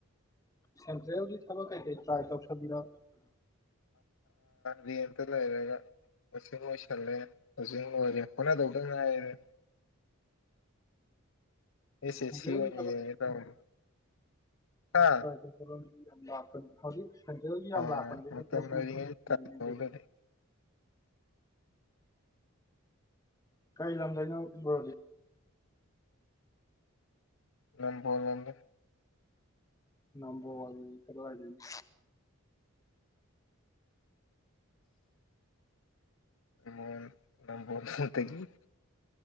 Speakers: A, on the left; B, on the left.
A: ꯁꯦꯟꯇ꯭ꯔꯦꯜꯒꯤ ꯊꯕꯛ ꯀꯩꯀꯩ ꯇ꯭ꯔꯥꯏ ꯇꯧꯁꯕꯤꯔ
B: ꯔꯤꯌꯦꯜꯗ ꯂꯩꯔꯒ ꯇꫭꯁꯤꯛ ꯂꫭꯏꯁꯤꯜꯂꯦ ꯍꯧꯖꯤꯛ ꯂꫭꯏꯔꯦ ꯈꫭꯠꯅꯗꯧꯗꯪ ꯉꯥꯏꯔꯦ ꯑꯦꯁ ꯑꯦꯁ
A: ꯎꯝ ꯅꯦꯆꯥꯂꯦꯜꯒꯤ
B: ꯁꯤ ꯑꯣꯏꯅ ꯌꯦꯡꯒꯦ ꯇꯧꯕꯅꯤ ꯍꯥ
A: ꯊꯒꯠ ꯍꯧꯗꯔ꯭ꯤꯅꯦ <unintelligible> ꯁꯦꯟꯇ꯭ꯔꯦꯜꯒꯤ
B: ꯃꯇꯝ
A: ꯌꯥꯝ ꯂꯥꯛꯄꯅꯦ ꯑꯦꯝ ꯄꯦ ꯁꯤꯒꯤ
B: ꯂꯩꯔꯤꯉꯩ ꯇꯥꯟꯍꯧꯗ꯭ꯔꯗꯤ
A: ꯗꯤꯒꯔ꯭ꯤꯗꯒꯤ ꯀꯩ ꯂꯝꯗꯩꯅꯣ ꯕꯔꯣꯗꯤ
B: ꯉꯝꯐꯥꯎ ꯉꯝꯗꯦ
A: ꯅꯝꯕꯣꯜ ꯀꯗꯨꯋꯥꯏꯗꯩꯅꫭ
B: ꯅꯝꯕꫭꯡ ꯅꯝꯕꫭꯟ ꯊꯨꯠꯅꯇꯒꯤ